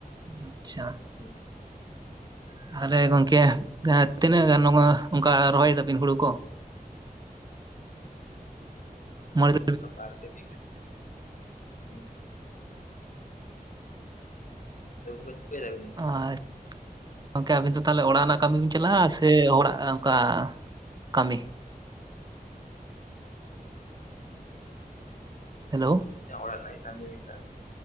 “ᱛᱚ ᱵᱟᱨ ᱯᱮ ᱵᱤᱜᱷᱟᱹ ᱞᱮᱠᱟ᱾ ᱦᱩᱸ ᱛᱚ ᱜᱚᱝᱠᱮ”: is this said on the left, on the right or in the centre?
Left